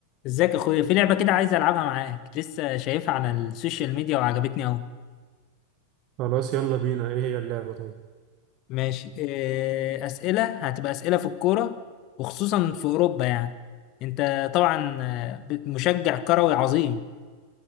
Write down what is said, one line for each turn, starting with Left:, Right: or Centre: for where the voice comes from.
Left: ازيك يا اخويا في لعبة كده عايز العبها معاك لسه شايفها على السوشيال ميديا وعجبتني اهو
Right: خلاص يلا بينا ايه هي اللعبة طيب
Left: ماشي إيه، اسئلة هتبقى اسئلة في الكورة وخصوصا في اوروبا يعني انت طبعا آه، بت- مشجع كروي عظيم